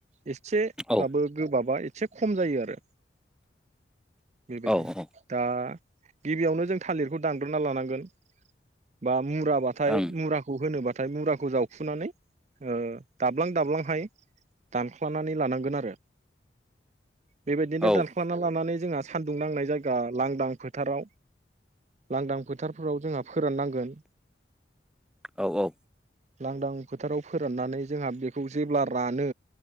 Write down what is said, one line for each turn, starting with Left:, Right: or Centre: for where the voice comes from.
Right: इसे
Centre: औ
Right: बाबो गोबाब -बाबा इसे खम जायो आरो। बेबायदि
Centre: औ औ
Right: दा गिबियावनो जों थालिरखौ दानग्रोना लानांगोन <inaudible> बा मुराबाथाय
Centre: उम
Right: मुराखौ होनोबा थाय मुराखौ जावखुनानै ओ दाब्लां दाब्लांहाय दानख्लानानै लानांगोन आरो बेबायदिनो
Centre: ओं
Right: दानख्लाना लानानै जोंहा सानदुं नांनाय जायगा लांदां फोथाराव लांदां फोथारफोराव जोंहा फोराननांगोन
Centre: औ औ
Right: लांदां फोथाराव फोराननानै जोंहा बेखौ जेब्ला रानो